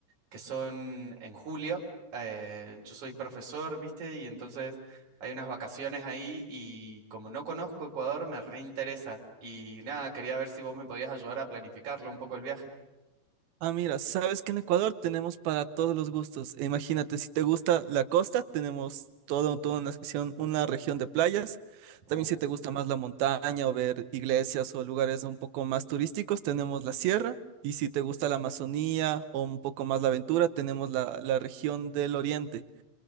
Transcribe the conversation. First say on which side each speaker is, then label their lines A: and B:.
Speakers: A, on the right; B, on the right.
A: que son en julio. Eh, yo soy profesor, ¿viste? Y entonces hay unas vacaciones ahí y como no conozco Ecuador, me reinteresa. Y nada, quería ver si vos me podías ayudar a planificarlo un poco el viaje.
B: Ah, mira, sabes que en Ecuador tenemos para todos los gustos. E Imagínate, si te gusta la costa, tenemos todo, toda una sección, una región de playas. También
A: Uh,
B: si te gusta más la montaña o ver iglesias o lugares un poco más turísticos, tenemos la sierra. Y si te gusta la Amazonía o un poco más la aventura, tenemos la, la región del oriente.